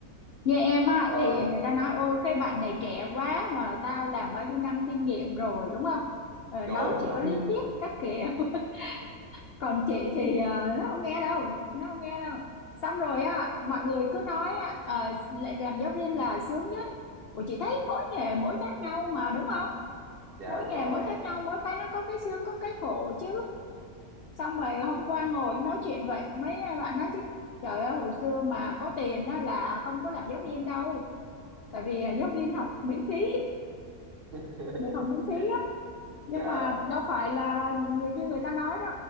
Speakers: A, on the left; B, on the right.
A: như em á
B: Ờ,
A: thì người ta nói ôi cái bạn này trẻ quá mà tao làm bao nhiêu năm kinh nghiệm rồi đúng không Ờ,
B: đúng
A: nó chỉ
B: đúng
A: có
B: <laughs>
A: lý thuyết các kiểu <laughs> còn chị thì ờ, nó không nghe đâu nó không nghe đâu xong rồi á mọi người cứ nói á ờ, lại làm giáo viên là sướng nhất Ủa chị thấy mỗi nghề mỗi khác nhau mà đúng không
B: dạ
A: mỗi
B: đúng
A: nghề
B: rồi
A: mỗi khác nhau mỗi cái nó có cái sướng có cái khổ chứ xong rồi hôm qua ngồi nói chuyện vậy mấy bạn nói chứ trời ơi hồi xưa mà có tiền á là không có làm giáo viên đâu tại vì à, giáo viên học miễn phí <laughs>
B: <laughs>
A: được học miễn phí á nhưng
B: dạ
A: mà đâu phải là như, như người ta nói đó